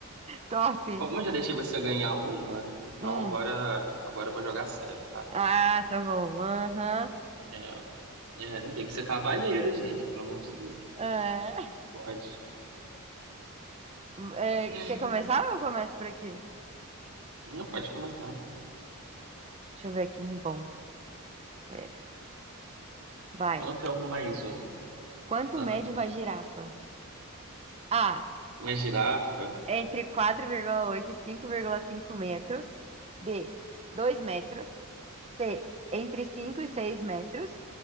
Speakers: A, on the right; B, on the right.
A: Top.
B: Como eu já deixei você ganhar uma, então
A: Hum.
B: agora, agora eu vou jogar sério, tá?
A: Ah, tá bom. Aham.
B: É, é, tem que ser cavaleiro, gente, pelo amor de Deus.
A: É.
B: Pode.
A: É,
B: <laughs>
A: quer começar ou eu começo por aqui?
B: Não pode começar.
A: Deixa eu ver aqui um bom. Pera. Vai.
B: Quanto é um mais um?
A: Quanto
B: Ah,
A: mede uma girafa? A.
B: uma girafa.
A: Entre quatro vírgula oito e cinco vírgula cinco metros. B. 2 metros. C. Entre 5 e 6 metros.